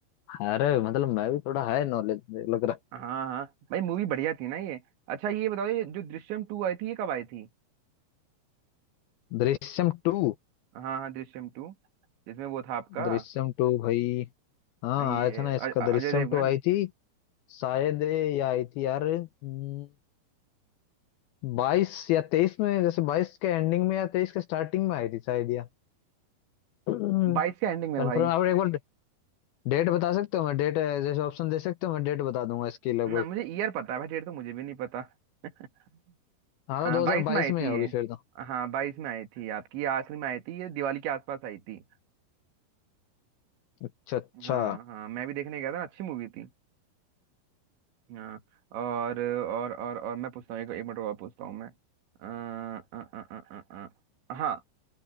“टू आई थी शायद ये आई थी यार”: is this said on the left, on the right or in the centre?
Left